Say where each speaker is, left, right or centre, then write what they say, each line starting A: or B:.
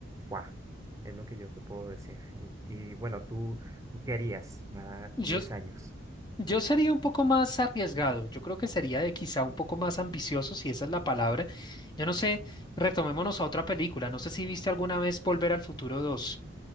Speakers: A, on the right; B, on the left.
A: ¡fua! Es lo que yo te puedo decir. Y, y bueno, tú, ¿tú qué harías a 10
B: Yo,
A: años?
B: Yo sería un poco más arriesgado, yo creo que sería de quizá un poco más ambicioso, si esa es la palabra. Yo no sé, retomémonos a otra película, no sé si viste alguna vez Volver al Futuro dos